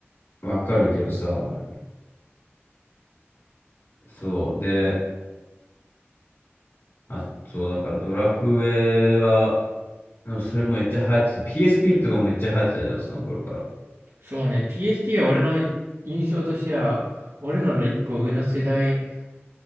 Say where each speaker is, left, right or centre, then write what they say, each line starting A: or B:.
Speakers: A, on the left (about 70°); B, on the right (about 75°).
A: わかるけどさ。そう。で、あ、そう、だからドラクエは、でもそれもめっちゃ流行ってて、PSP とかもめっちゃ流行ってたじゃん、その頃から。
B: そうね、PSP は俺の印象としては、俺らの一個上の世代、